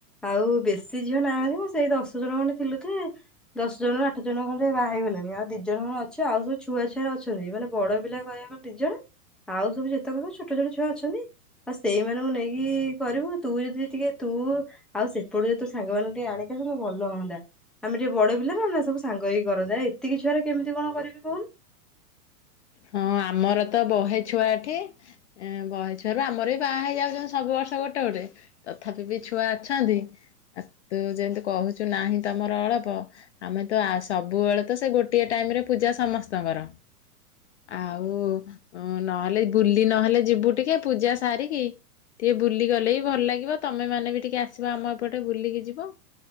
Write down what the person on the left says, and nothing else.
ହଁ ଆମର ତ ବହେ ଛୁଆ ଏଠି । ଇଁ ବହେ ଛୁଆରୁ ଆମର ବି ବାହା ହେଇ ଯାଉଚନ୍ତି ସବୁ ବର୍ଷ ଗୋଟେ ଗୋଟେ ତଥାପି ବି ଛୁଆ ଅଛନ୍ତି ।ଆ ତୁ ଯେନ୍ତି କହୁଚୁ ନାହିଁ ତମର ଅଳପ ଆମେ ତ ଆ ସବୁବେଳେ ତ ସେ ଗୋଟିଏ ଟାଇମ୍ ରେ ପୂଜା ସମସ୍ତଙ୍କର। ଆଉ ନହେଲେ ବୁଲି ନହେଲେ ଯିବୁ ଟିକେ। ପୂଜା ସାରିକି ଟିକେ ବୁଲି ଗଲେ ବିି ଭଲ ଲାଗିବ ତମେ ମାନେ ବି ଟିକେ ଆସିବ ଆମ ଏପଟେ ବୁଲିକି ଯିବ